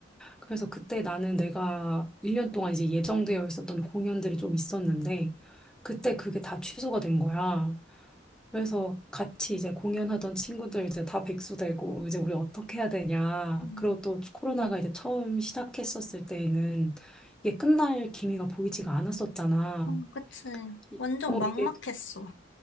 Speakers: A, in the centre; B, on the left.
A: 그래서 그때 나는 내가 1년 동안 이제 예정되어 있었던 공연들이 좀 있었는데 그때 그게 다 취소가 된 거야. 그래서 같이 이제 공연하던 친구들 이제 다 백수 되고 이제 우리 어떻게 해야 되냐.
B: 음,
A: 그리고 또 코로나가 이제 처음 시작했었을 때에는 이게 끝날 기미가 보이지가 않았었잖아.
B: 어, 그치.
A: 이-
B: 완전
A: 어,
B: 막막했어.
A: 이게